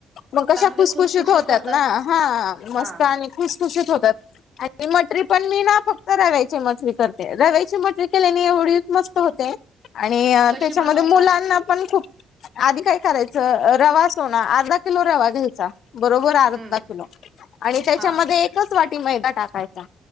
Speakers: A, on the left; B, on the right.
A: मग कशा
B: चांगले
A: खुसखुशीत होत्यात
B: होतात
A: ना. हां, मस्त
B: हा
A: आणि खुसखुशीत होतात. आणि मटरी पण मी ना फक्त रव्याची मटरी करते. रव्याची मटरी केल्याने एवढी मस्त होते आणि अ
B: कशी
A: त्याच्यामध्ये
B: बनवता
A: मुलांनापण खूप आधी काई करायचं? अ रवा सोना अर्धा किलो रवा घ्यायचा, बरोबर अर्धा
B: हम्म
A: किलो. आणि त्याच्यामध्ये
B: हा
A: एकच वाटी मैदा टाकायचा.